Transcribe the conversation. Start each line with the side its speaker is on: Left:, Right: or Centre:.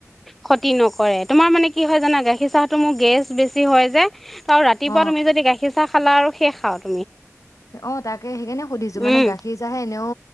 Centre: ক্ষতি নকৰে তোমাৰ মানে কি হয় জানা গাখীৰ চাহটো মোক গেছ বেছি হয় যায় ত ৰাতিপুৱা
Left: অ
Centre: তুমি যদি গাখীৰ পঠা খালা আৰু শেষ খাৱত।
Left: অ তাকে সেইকাৰণে সুধিছো। মানে
Centre: উম
Left: গাখীৰ চাহে এনেও